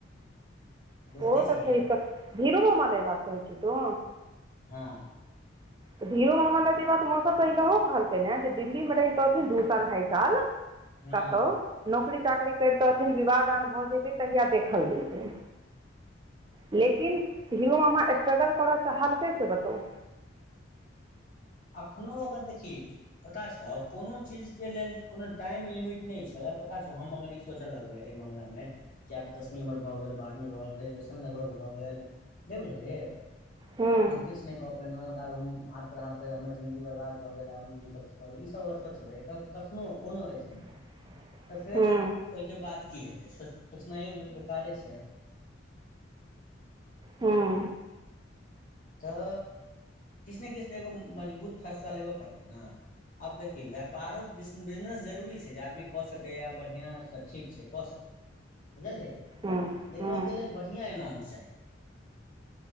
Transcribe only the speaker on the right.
ओ तऽ
छै तऽ धीरू मामा लए ई बात कहै छी तू
तऽ धीरो मामा लए ई बात मौसा तऽ पहिलहो कहलकै ने जे दिल्लीमे रहितथिन दू साल ढाइ साल
कतौ नौकरी चाकरी करितथिन विवाह दान भऽ जेतै तहिया देखल जैतै। लेकिन हीरो मामा स्ट्रगल करऽ चाहलकै से बतो
हूँ
<inaudible>
हूँ
हूँ
हूँ
हूँ